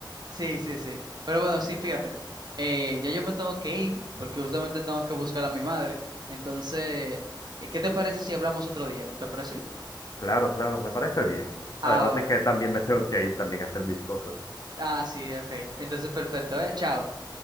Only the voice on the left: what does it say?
Claro, claro, me parece bien.
Además
de que también me tengo que ir también a hacer mis cosas.